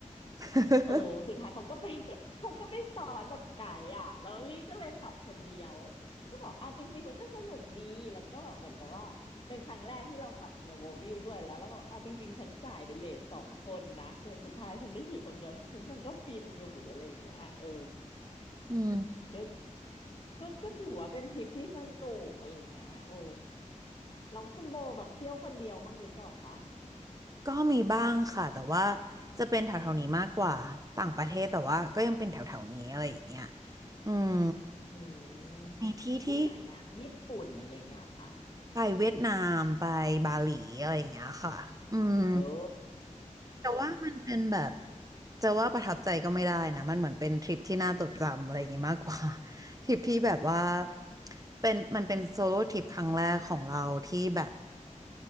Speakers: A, on the right; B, on the left.
A: <laughs>
B: เออสุดท้ายเขาก็ไป <laughs> เขาก็ไปสอนแบบไก่อ่ะแล้วลี่ก็เลยขับคนเดียวก็บอกอ่ะจริงๆมันก็สนุกดีแล้วก็แบบเหมือนกับว่าเป็นครั้งแรกที่เราขับ snowmobile ด้วยแล้วแล้วก็บอกอ่ะจริงๆฉันจ่ายเป็นเลทสองคนนะแต่สุดท้ายฉันได้ขี่คนเดียวฉันก็ฟินอยู่อะไรอย่างเงี้ยเออ
A: อืม
B: ก็ก็ก็ถือว่าเป็นทริปที่สนุกอะไรอย่างเงี้ยโอ้แล้วคุณโบแบบเที่ยวคนเดียวมั่งหรือเปล่าคะ
A: ก็มีบ้างค่ะแต่ว่าจะเป็นแถวๆนี้มากกว่าต่างประเทศแต่ว่าก็ยังเป็นแถวๆนี้อะไรอย่างเงี้ยอืม
B: อืมพวกไหนอ่ะญี่ปุ่นอะไรอย่างเงี้ยเหรอคะ
A: มีที่ที่ไปเวียดนามไปบาหลีอะไรอย่างเงี้ยค่ะอืม
B: โอ้
A: แต่ว่ามันเป็นแบบจะว่าประทับใจก็ไม่ได้นะมันเหมือนเป็นทริปที่น่าจดจำอะไรอย่างงี้มากกว่า <laughs> ทริปที่แบบว่าเป็นมันเป็นโซโล่ทริปครั้งแรกของเราที่แบบ